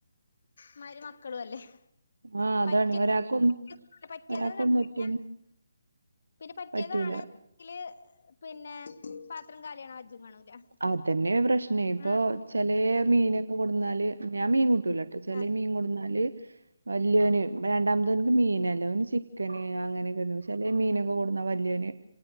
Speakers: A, on the left; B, on the right.
A: മ്മാരി മക്കളും അല്ലേ
B: ആഹ് അതാണ്
A: പറ്റ്യ
B: ഒരാക്കൊന്ന്
A: <unintelligible> പറ്റിയത്
B: ഒരാക്കൊന്നും
A: കണ്ടീനാ
B: ഒറ്റന്
A: പിന്നെ പറ്റിയതാണ്ങ്കില്
B: പറ്റൂല
A: പിന്നെ പാത്രം കാലിയാവ്ണ വജ്ജും കാണൂല
B: അതെന്നെ പ്രശ്നേ ഇപ്പൊ
A: ഉം
B: ചെലേ മീനൊക്കെ കൊട്ന്നാല് ഞാൻ മീൻ കൂട്ടൂല ട്ടോ ചെലേ
A: ആഹ് ആഹ്
B: മീൻ കൊട്ന്നാല് വല്ല്യോന് രണ്ടാമത്തോൻക്ക് മീനല്ല ഓന് ചിക്കന് അങ്ങനെക്കെ പക്ഷേ ചെലേ മീന് ക്കോ കൊട്ന്നാ വല്ല്യോന്